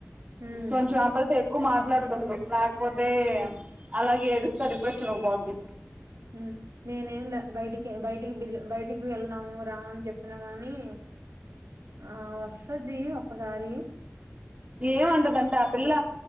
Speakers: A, on the right; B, on the right.
A: ఉమ్
B: కొంచం అబ్బాయిలతో ఎక్కువ మాట్ మాట్లాడుతుంది, లేకపోతే అలాగే ఏడుస్తా డిప్రెషన్ లోకి పోద్ది.
A: ఉమ్ నేనేంల బయటికె బయటికి బిల్ బయటికి గుడ ఎళ్ళాను రా అని చెప్పిన గాని ఆ వస్తది ఒకసారి
B: ఏమంటదంట ఆ పిల్ల